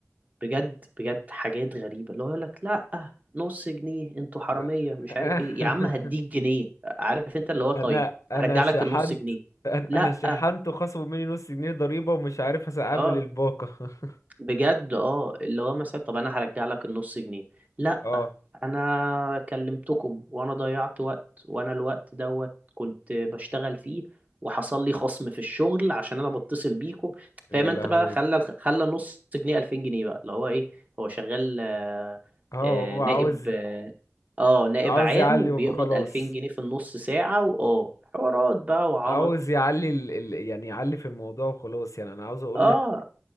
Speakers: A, on the right; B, on the left.
A: بجد بجد حاجات غريبة اللي هو يقول لك لا نص جنيه انتوا حرامية
B: <laughs>
A: مش عارف ايه يا عم هديك جنيه عارف انت اللي هو طيب
B: انا انا
A: هرجع
B: شحنت
A: لك النص جنيه
B: انا
A: لا
B: أنا شحنت وخصموا مني نص جنيه ضريبة ومش عارف هس- اعمل
A: اه
B: الباقة <laughs>
A: بجد اه اللي هو مثلا طب انا هرجع لك النص جنيه لا
B: اه
A: انا كلمتكم وانا ضيعت وقت وانا الوقت دوت كنت بشتغل فيه وحصل لي خصم في الشغل عشان انا بتصل بيكم
B: يا
A: فاهم
B: لهوي
A: انت بقى خلى الخ- خلى نص جنيه 2000 جنيه بقى اللي هو ايه هو شغال آه،
B: اه
A: آه،
B: هو
A: نائب
B: عاوز
A: اه آه، نائب
B: عاوز
A: عام
B: يعلي
A: وبيقبض
B: وخلاص
A: 2000 جنيه في النص ساعة واه حوارات بقى وعبط
B: عاوز يعلي ال... ال... يعني يعلي في الموضوع وخلاص يعني انا عاوز اقول
A: اه
B: لك